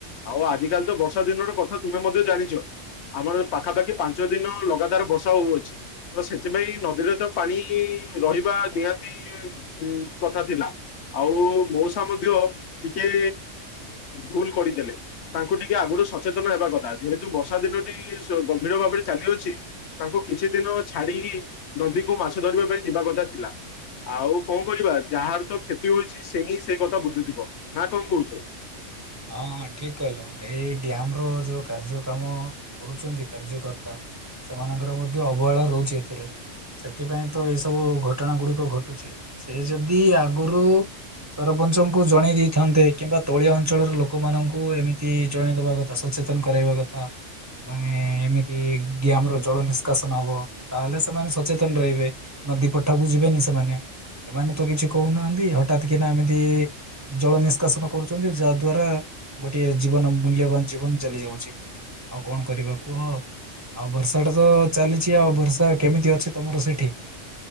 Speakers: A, on the left; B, on the right.
A: ଆଉ ଆଜିକାଲି ତ ବର୍ଷା ଦିନର କଥା ତୁମେ ମଧ୍ୟ ଜାଣିଛ ଆମର ପାଖାପାଖି ପାଞ୍ଚ ଦିନ ଲଗାତାର ବର୍ଷା ହଉଅଛି। ତ ସେଥିପାଇଁ ନଦୀରେ ତ ପାଣି ରହିବା ନିହାତି କଥା ଥିଲା। ଆଉ ମଉସା ମଧ୍ୟ ଟିକେ ଭୁଲ କରିଦେଲେ। ତାଙ୍କୁ ଟିକେ ଆଗରୁ ସଚେତନ ହେବା କଥା ଯେହେତୁ ବର୍ଷା ଦିନଟି ଗମ୍ଭୀର ଭାବରେ ଚାଲିଅଛି ତାଙ୍କୁ କିଛି ଦିନ ଛାଡି ନଦୀକୁ ମାଛ ଧରିବା ପାଇଁ ଯିବା କଥା ଥିଲା। ଆଉ କଣ କରିବା ଯାହାର ତ କ୍ଷତି ହଉଛି ସିଏ ହିଁ ସେ କଥା ବୁଝୁଥିବ ନା କଣ କହୁଛ?
B: ହଁ ହଁ ଠିକ୍ କହିଲ ଏଇ ଡ୍ୟାମର ଯୋଉ କାର୍ଯ୍ୟ କାମ କରୁଚନ୍ତି କାର୍ଯ୍ୟକର୍ତ୍ତା ସେମାନଙ୍କର ମଧ୍ୟ ଅବହେଳା ରହୁଚି ଏଥିରେ। ସେଥିପାଇଁତ ଏଇ ସବୁ ଘଟଣା ଗୁଡ଼ିକ ଘଟୁଚି। ସେ ଯଦି ଆଗରୁ ସରପଞ୍ଚଙ୍କୁ ଜଣେଇ ଦେଇଥାନ୍ତେ କିମ୍ବା ଦଳିଅ ଅ ଅଞ୍ଚଳର ଲୋକମାନଙ୍କୁ ଏମିତି ଜଣେଇଦବା କଥା ସଚେତନ କରାଇବା କଥା। ମାନେ ଏମିତି ଡ୍ୟାମର ଜଳ ନିଷ୍କାସନ ହବ ତାହେଲେ ସେମାନେ ସଚେତନ ରହିବେ। ନଦୀ ପଟାକୁ ଯିବେନି ସେମାନେ। ଏମାନେତ କିଛି କହୁନାହାନ୍ତି ହଠାତ୍ କିନା ଏମିତି ଜଳ ନିଷ୍କାସନ କରୁଚନ୍ତି ଯାହାଦ୍ୱାରା ଗୋଟିଏ ଜୀବନ ମୂଲ୍ୟବାନ ଜୀବନ ଚାଲି ଯାଉଚି। ଆଉ କଣ କରିବ କୁହ ଆଉ ବର୍ଷାଟାତ ଚାଲିଚି ଆଉ ବର୍ଷା କେମିତି ଅଛି ତମର ସେଠି?